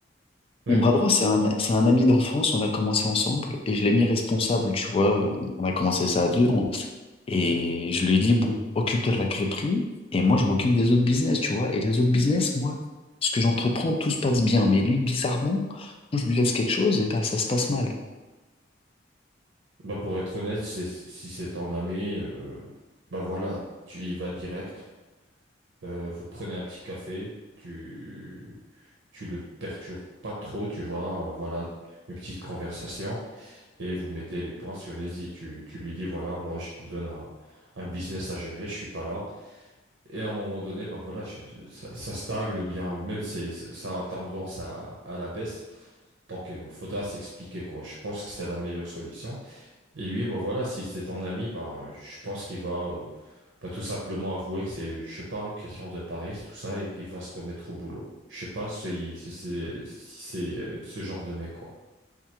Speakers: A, on the right; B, on the left.
A: Oui?
B: Mon bras droit, c'est un, c'est un ami d'enfance, on a commencé ensemble et je l'ai mis responsable, tu vois, on a commencé ça à deux on- et je lui ai dit, bon, occupe-toi de la crêperie et moi je m'occupe des autres business, tu vois, et les autres business, moi, ce que j'entreprends, tout se passe bien, mais lui, bizarrement, quand je lui laisse quelque chose, et ben ça se passe mal.
A: Bah, pour être honnête, c'est, si c'est ton ami, euh, bah voilà, tu y vas direct, Euh, vous prenez un petit café, tu... tu le perturbes pas trop, tu vois, euh, voilà, une petite conversation et vous mettez les points sur les i. Tu, tu lui dis, voilà, moi, je te donne un, un business à gérer, je suis pas là. Et à un moment donné, bah voilà, je- je- ça, ça stagne ou bien même c'est, c'est- ça a tendance à, à la baisse. Donc, il faudra s'expliquer, quoi. Je pense que c'est la meilleure solution. Et lui, bah voilà, si c'est ton ami, bah, je pense qu'il va euh, bah, tout simplement avouer que c'est, je sais pas, une question de paresse, tout ça, et qu'il va se remettre au boulot. Je sais pas si, si c'est si c'est, euh, ce genre de mec, quoi.